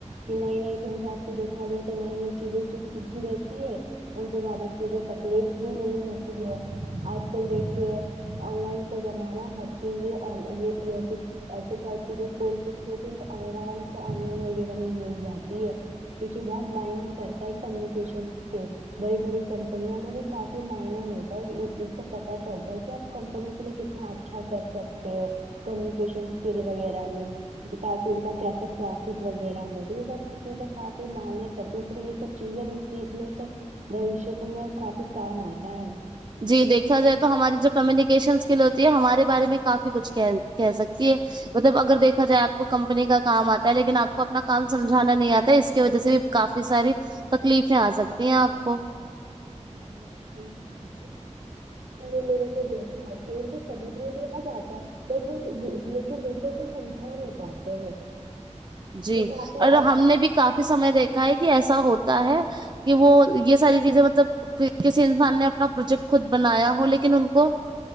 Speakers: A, on the right (about 70°); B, on the right (about 35°).
A: کہ نئی نئی کے حساب سے دیکھتے کہ جاتا ہے نئی نئی چیزیں جو سیکھی رہتی ہے ان سے زیادہ سیدزیں تکلیف بھی نہیں ہوتی ہے آج کل دیکھیے آن لائن کا زمانہ ہر چیز یہ آن لائن <unintelligible> ایسے پسے جو کورسز ہوتے ہیں آرام سے آن لائن وغیرہ میں مل جاتی ہے کیونکہ بہت معائن کرتا ہے کمیونکیشن کے بڑی بڑی کمپنییاوں میں بھی کافی معائنی ہوتا ہے اس سے پت چلتا ہے کہ کمپنی کے لیے کتنا اچھا کر سکتے ہو کمیونکیشن اسکل وغیرہ میں تاکہ ان کا کیسے پروفٹ وغیرہ ہو ٹیک ہے سر چیزیں کافی م کرتی پھر یہ سب چیزیں بھی سیکھ لے تو بوشیہ میں کافی کام آتا ہے
B: جی دیکھا جائے تو ہماری جو کمیونیکیشن اسکل ہوتی ہے ہمارے بارے میں کافی کچھ کہ کہہ سکتی ہے مطلب اگر دیکھا جائے آپ کو کمپنی کا کام آتا ہے لیکن آپ کو اپنا کام سمجھانا نہیں آتا ہے اس کی وجہ سے بھی کافی ساری تکلیفیں آ سکتی ہیں آپ کو
A: بالکل صحیح فرما رہے ہیں میرے کو دیکھنا ہے ان کو سمجھ میں بھی آ جاتا جب وہ لیکن دوسرے کو سمجھا نہیں پاتے ہیں
B: جی
A: تو کافی
B: اور ہم نے بھی کافی سمے دیکھا ہے کہ ایسا ہوتا ہے کہ وہ یہ ساری چیزیں مطلب کسی انسان نے اپنا پروجیکٹ خود بنایا ہو لیکن ان کو